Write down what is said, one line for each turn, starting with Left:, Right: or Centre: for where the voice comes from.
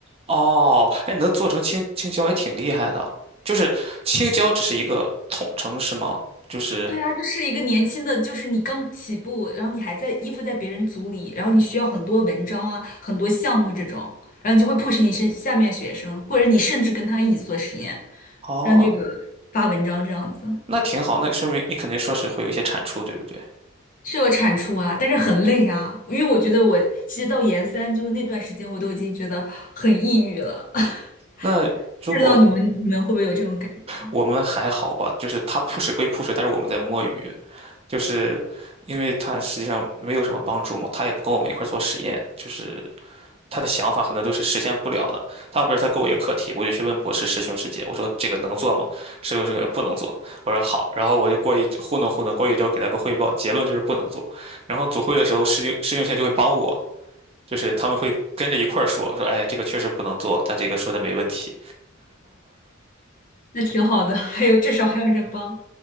Right: 哦，哎，能做成青青椒也挺厉害的，就是青椒只是一个统称是吗？就是
Left: 对啊，这是一个年轻的，就是你刚起步，然后你还在依附在别人组里，然后你需要很多文章啊，很多项目这种，然后你就会迫使你是下面学生，或者你甚至跟他一起做实验，
Right: 哦，
Left: 让这个发文章这样子
Right: 那挺好，那说明你肯定说是会有一些产出，对不对？
Left: 是有产出啊，但是很累啊，因为我觉得我其实到研三就是那段时间，我都已经觉得很抑郁了，<laughs>
Right: 那如果
Left: 不知道你们你们会不会有这种感觉？
Right: 我们还好吧，就是他 push 归 push，但是我们在摸鱼。就是因为他实际上没有什么帮助嘛，他也不跟我们一块儿做实验，就是他的想法很多都是实现不了的。他不是他给我一个课题，我就去问博士师兄师姐，我说这个能做吗？师兄师姐不能做，我说好，然后我就过一糊弄糊弄，过一周给他个汇报，结论就是不能做。然后组会的时候，师兄师兄师姐就会帮我，就是他们会跟着一块儿说说，哎，这个确实不能做，他这个说的没问题。
Left: 那挺好的，还有至少还有人帮。